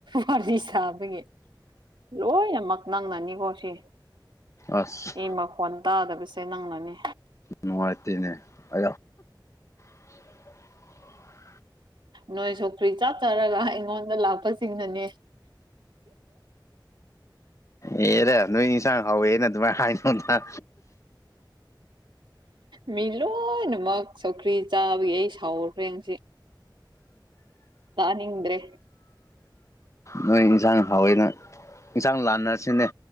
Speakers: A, on the right; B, on the left.
A: ꯋꯥꯗꯤ ꯁꯥꯕꯒꯤ ꯂꯣꯏꯅꯃꯛ ꯅꯪꯅꯅꯤꯀꯣ ꯁꯤ
B: ꯑꯁ
A: ꯑꯩ ꯃꯈꯣꯟ ꯇꯥꯗꯕꯁꯦ ꯅꯪꯅꯅꯤ
B: ꯅꯨꯡꯉꯥꯏꯇꯦꯅꯦ ꯑ <inaudible>
A: ꯅꯣꯏ ꯁꯀ꯭ꯔꯤ ꯆꯥꯆꯔꯒ ꯑꯩꯉꯣꯟꯗ ꯂꯥꯛꯄꯁꯤꯡꯅꯅꯦ
B: ꯑꯦꯔꯦ ꯅꯣꯏ ꯅꯤꯡꯁꯥꯡ ꯍꯅ ꯑꯗꯨꯃꯥꯏ ꯍꯥꯏꯅ
A: ꯃꯤ ꯂꯣꯏꯅꯃꯛ ꯆꯧꯈ꯭ꯔꯤ ꯆꯥꯕꯒꯤ ꯑꯩ ꯁꯥꯎꯈ꯭ꯔꯦꯁꯤ ꯇꯅꯤꯗ꯭ꯔꯦ
B: ꯅꯣꯏ ꯏꯟꯁꯥꯡ ꯍꯥꯎꯋꯦꯅ ꯏꯟꯁꯥꯡ ꯂꯥꯟꯅꯔꯁꯤꯅꯦ